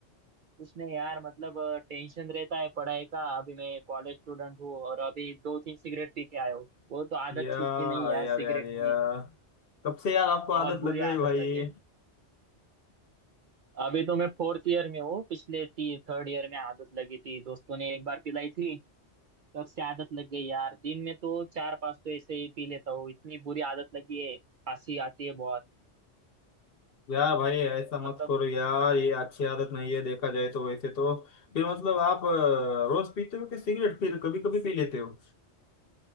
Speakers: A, on the right; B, on the left.
A: कुछ नहीं यार मतलब अ, टेंशन रहता है पढ़ाई का अभी मैं कॉलेज स्टूडेंट हूँ और अभी दो तीन सिगरेट पी के आया हूँ वो तो आदत
B: यार
A: छूटती नहीं यार
B: यार
A: सिगरेट
B: यार यार
A: की
B: कब से यार आपको
A: बहुत
B: आदत
A: बुरी
B: लग गई
A: आदत
B: भाई
A: लगी है अभी तो मैं फोर्थ ईयर में हूँ पिछले ती थर्ड ईयर में आदत लगी थी दोस्तों ने एक बार पिलाई थी तब से आदत लग गई यार दिन में तो चार पांच तो ऐसे ही पी लेता हूँ इतनी बुरी आदत लगी है खांसी आती है बहुत
B: यार भाई ऐसा मत
A: मतलब
B: करो यार ये अच्छी आदत नहीं है देखा जाए तो वैसे तो फिर मतलब आप अ, रोज पीते हो कि सिगरेट फिर कभी कभी पी लेते हो